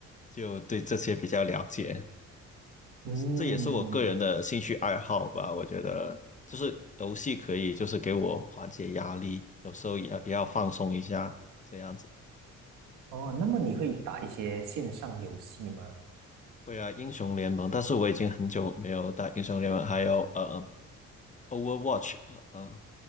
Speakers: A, on the left (about 25°); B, on the right (about 85°).
A: 就对这些比较了解。
B: 嗯，
A: 这也是我个人的兴趣爱好吧。我觉得就是游戏可以，就是给我缓解压力，有时候也要也要放松一下，这样子。
B: 哦，那么你会打一些线上游戏吗？
A: 会啊，英雄联盟，但是我已经很久没有打英雄联盟，还有呃，Overwatch，呃，呃